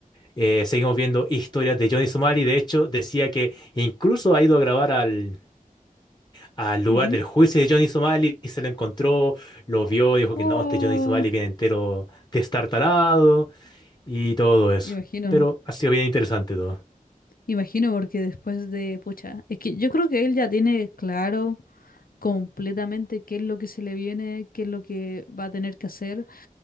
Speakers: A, on the left; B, on the left.
A: eh, seguimos viendo historias de Johnny Somali. De hecho, decía que incluso ha ido a grabar al, al lugar
B: ujú.
A: del juicio de Johnny Somali y se lo encontró, lo vio, dijo
B: Wow.
A: que no, este Johnny Somali viene entero destartalado y todo eso.
B: Imagino,
A: Pero ha sido bien interesante todo.
B: imagino porque después de, pucha, es que yo creo que él ya tiene claro. completamente qué es lo que se le viene, qué es lo que va a tener que hacer.